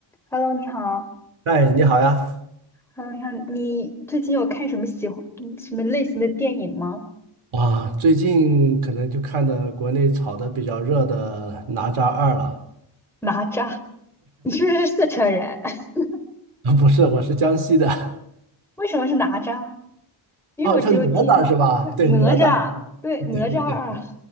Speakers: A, in the centre; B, on the right (about 80°).
A: Hello，你好。
B: 哎，你好呀！
A: Hello，你好。你最近有看什么喜欢嗯什么类型的电影吗？
B: 啊，最近可能就看的国内炒的比较热的《哪吒二》了。
A: 哪吒，你是不是四川人？<laughs>
B: 啊不是，我是江西的。
A: 为什么是哪吒？因为我只有听哪吒，
B: 哦，是哪吒是吧？对，哪吒，哪吒。
A: 对，
B: 啊对对对，
A: 哪吒二。